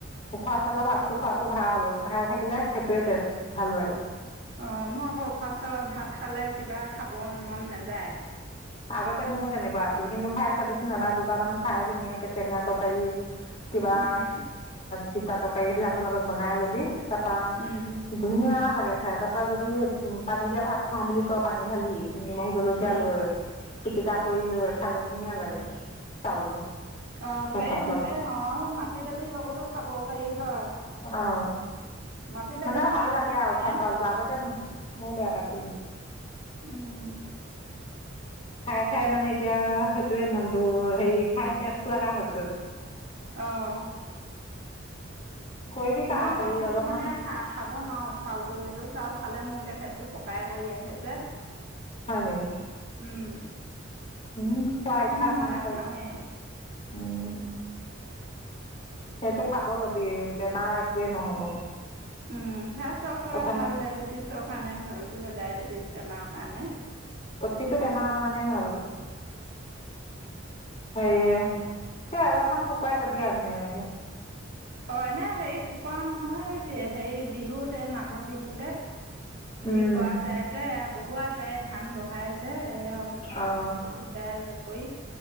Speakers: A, on the left; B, on the right.
A: উখুৱা চাউলৰ ভাতটো খোৱাটো ভাল। খাই থাকিলে সেইটোৱে টেষ্ট ভাল লাগে।
B: অ' মই আকৌ উখুৱা চাউলৰ ভাত খালে কিবা খাব মন নাযায়।
A: আগতে মোৰো তেনেকুৱা আছিল। কিন্তু খাই চাবিচোন এবাৰ দুবাৰ মান খাই ধুনীয়াকে টেঙা তৰকাৰী কিবা
B: উম
A: তিতা তৰকাৰী এইবিলাকৰ লগত বনাই ল'বি তাৰপা
B: উম
A: ধুনীয়া লাগে খাই। তাৰপা যদি উম পানী দিয়া ভাত খাওঁ বুলি কওঁ পানী ঢালি নিম জলকীয়া
B: উম
A: লৈ, পিটিকা কৰি লৈ খালে ধুনীয়া লাগে চাউলটো।
B: অ' হেই
A: উখোৱা চাউলটো
B: এই অ' মাটি দালিৰ লগতো খাব পাৰি হয়।
A: অ'
B: মাটি দালি
A: মানে
B: খাৰ
A: ভাল লাগে
B: দি বনাই
A: আউ। উখুৱা চাউলটো আগতে মই বেয়া পাইছিলো।
B: উম
A: এতিয়া খাই খাই মানে এতিয়া সেইটোৱে মনটো হেৰি খাই টেষ্ট লগা হৈছে।
B: অহ
A: কৰিবি কা
B: মই আকৌ
A: হেৰি
B: সেইটো
A: অলপমান।
B: মানে খাব নোৱাৰো চাউলটো, সেইটো চাউল খালে মোৰএতিয়া পেটটো পকাই কৰি আহে যে।
A: হয় নেকি।
B: উম
A: উম খোৱা
B: সেইটো কাৰণে
A: অভ্যাস
B: মই
A: নাই
B: নাখাওৱে
A: চাগে। উম সেইটো খাব ল'বি বেমাৰ একোৱে নহ'ব।
B: উম সেয়া চাউল খালে
A: প্ৰথমে
B: ভাল ডায়েবেটিছৰ কাৰণে ভাল বোলে, ডায়েবেটিছ বেমাৰৰ কাৰণে।
A: প্ৰতিতো বেমাৰৰ কাৰণেই ভাল। হেৰি তে অলপমান শুকুৱাই ল'বি আৰু ধুনীয়াকে।
B: এনে হেৰি শুকোৱাও নহয়, এ হেৰিতে বিহুতে মাঘৰ বিহুতে হেৰি
A: উম
B: কৰা যায় যে এয়া বহোৱা যায় ধান বহাই যে এইয়া
A: অ'
B: <unintelligible> কৰি